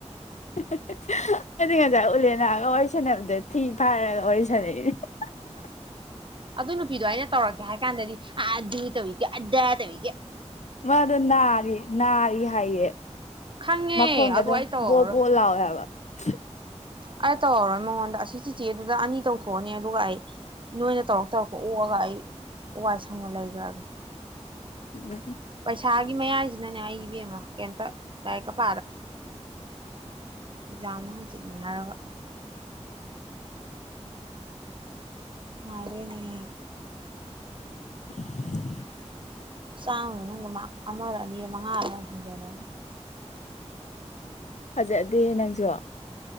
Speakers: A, on the left; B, on the right.
A: ꯍꯦ ꯍꯦ ꯍꯦ ꯑꯩꯗꯤ ꯉꯁꯥꯏ ꯎꯂꯦꯅꯒ ꯋꯥꯔꯤ ꯁꯥꯟꯅꯕꯗ ꯊꯤ ꯐꯥꯏꯔꯒ ꯋꯥꯔꯤ ꯁꯥꯟꯅꯩ ꯍꯥ ꯍꯥ ꯍꯥ
B: ꯑꯗꯨ ꯅꯨꯄꯤꯗꯣ ꯑꯩꯅ ꯇꯧꯔꯛꯀꯦ ꯍꯥꯏ ꯀꯥꯟꯗꯗꯤ ꯑ ꯑꯗꯨ ꯇꯧꯏꯒ ꯑꯗꯥ ꯇꯧꯏꯒ
A: ꯃꯥ ꯑꯗꯣ ꯅꯥꯔꯤ ꯅꯥꯔꯤ ꯍꯥꯏꯌꯦ
B: ꯈꯪꯉꯦ
A: ꯃꯈꯣꯟꯒꯗꯣ
B: ꯑꯗꯨ ꯑꯩ ꯇꯧꯔꯔꯣꯏ
A: ꯕꯣꯕꯣ ꯂꯥꯎꯋꯦ ꯍꯥꯏꯕ <unintelligible>
B: ꯑꯩ ꯇꯧꯔꯔꯣꯏ ꯃꯉꯣꯟꯗ ꯑꯁꯤ ꯆꯤꯆꯦ ꯑꯗꯨꯗ ꯑꯅꯤ ꯇꯧꯊꯣꯛ ꯑꯅꯤ ꯑꯗꯨꯒ ꯑꯩ ꯅꯣꯏꯅ ꯇꯧꯔꯛ ꯇꯧꯔꯛꯄ ꯑꯣꯛ ꯑꯒ ꯑꯩ ꯋꯥꯏ ꯁꯪꯅ ꯂꯩꯒ꯭ꯔꯒꯦ
A: ꯑꯗꯨꯝ
B: ꯄꯩꯁꯥꯒꯤ ꯃꯌꯥꯏ ꯁꯤꯅꯅꯦ ꯑꯩ ꯏꯕꯦꯝꯃꯥ ꯀꯩꯌꯤꯝꯇ ꯂꯥꯏꯔꯤꯛꯀ <unintelligible> ꯑꯦꯛꯖꯥꯝꯅ ꯍꯪꯆꯤꯠꯅꯦ ꯍꯥꯏꯔꯒ <unintelligible>
A: <inaudible>
B: ꯆꯥꯝꯃꯒꯤ ꯃꯅꯨꯡꯗ ꯃꯔ꯭ꯛ ꯑꯃꯔ ꯑꯅꯤꯔ ꯃꯉꯥꯔ ꯃꯥꯏ ꯐꯪꯖꯔꯅꯤ
A: ꯐꯖꯗꯦꯍꯦ ꯅꯪꯁꯨ